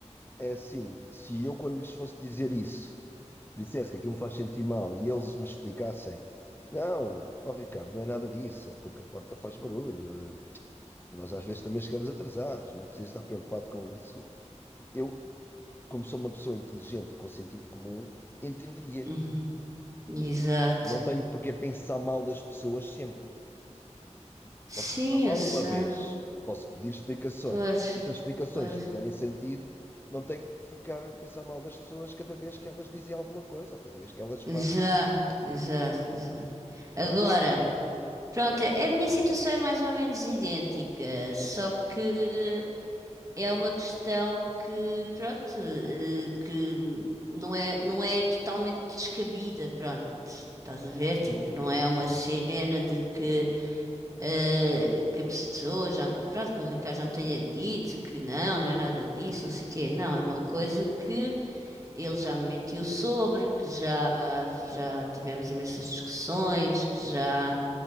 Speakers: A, on the left (about 15°); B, on the right (about 25°).
A: é assim, se eu quando lhes fosse dizer isso, dissesse que aquilo me faz sentir mal e eles me explicassem, não, ó Ricardo, não é nada disso, é porque a porta faz barulho, nós às vezes também chegamos atrasados, não precisa estar preocupado com isso. Eu como sou uma pessoa inteligente e com sentido comum, entenderia.
B: Uhum. Exato.
A: Não tenho porque pensar mal das pessoas sempre.
B: Sim,
A: Posso pensar mal
B: eu sei.
A: uma vez, posso pedir explicações.
B: Pois,
A: E se as explicações
B: pois.
A: fizerem sentido, não tenho que ficar a pensar mal das pessoas cada vez que elas dizem alguma coisa ou cada vez que elas fazem
B: Exato,
A: alguma coisa.
B: exato, exato. Agora.
A: Pronto.
B: Pronto, a minha situação é mais ou menos idêntica, só que é uma questão que, pronto, eh, que não é, não é totalmente descabida, pronto. Estás a ver? Tipo, não é uma cena de que eh, que a pessoa já, pronto, que o Ricardo já me tenha dito que não, não é nada disso, não sei o quê. Não, é uma coisa que ele já me mentiu sobre, que já, já tivemos imensas discussões, que já,